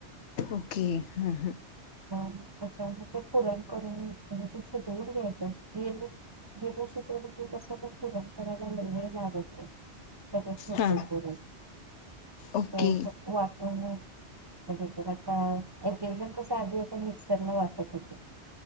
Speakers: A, on the left; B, on the right.
A: ओके हां
B: बर त्याच्या मधे पुरण करून म्हणजे ती शिजवून घ्यायची असती गीरर शिजवलं की कसं बग पुरण करायला लय वेळ लागतं नाही
A: हां
B: टे पु
A: ओके
B: ते वाटून <unintelligible> म्हणजे आता एके जन कस आधी मिक्सर न वाटत होते-